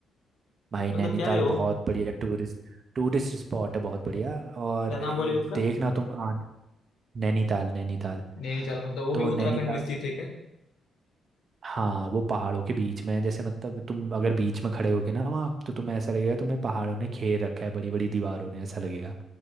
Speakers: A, on the right; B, on the left.
A: भाई
B: मतलब
A: नैनीताल
B: क्या है वो
A: बहुत बढ़िया टूरिस्ट टूरिस्ट स्पॉट है बहुत बढ़िया और
B: क्या नाम
A: ये
B: बोले उसका
A: देखना तुम आ नैनीताल नैनीताल
B: नैनीताल मतलब वो भी
A: तो
B: उत्तराखंड
A: नैनीताल
B: में स्थित है क्या
A: हाँ वो पहाड़ों के बीच में है जैसे मतलब तुम अगर बीच में खड़े होगे ना वहाँ तो तुम्हें ऐसा लगेगा तुम्हें पहाड़ों ने घेर रखा है बड़ी बड़ी दीवारों ने ऐसा लगेगा